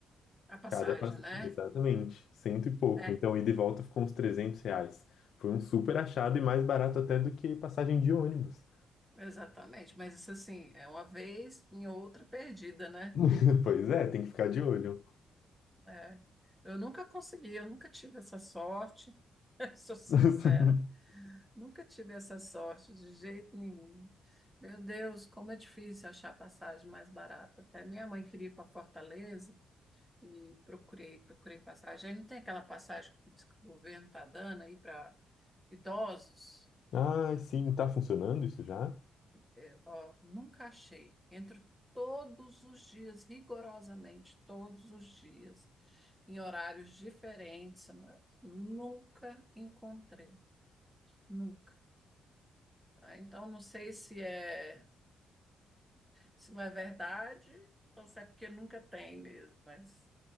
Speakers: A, in the centre; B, on the left.
A: A passagem,
B: Cada passe...
A: né?
B: Exatamente, cento e pouco.
A: É,
B: Então, ida e volta ficou uns 300 reais. Foi um super achado e mais barato até do que passagem de ônibus.
A: exatamente. Mas isso assim, é uma vez em outra perdida, né?
B: <laughs> Pois é, tem que ficar de olho.
A: É. Eu nunca consegui, eu nunca tive essa sorte. <laughs> Sou sincera,
B: <laughs>
A: nunca tive essa sorte de jeito nenhum. Meu Deus, como é difícil achar passagem mais barata. Até minha mãe queria ir para Fortaleza. E procurei, procurei passagem. Aí não tem aquela passagem que diz que o governo está dando aí para idosos?
B: Ah, sim, tá funcionando isso já?
A: É, ó, nunca achei. Entro todos os dias, rigorosamente, todos os dias, em horários diferentes, né? Nunca encontrei, nunca. Ah, Então, não sei se é, se não é verdade ou se é porque nunca tem mesmo, mas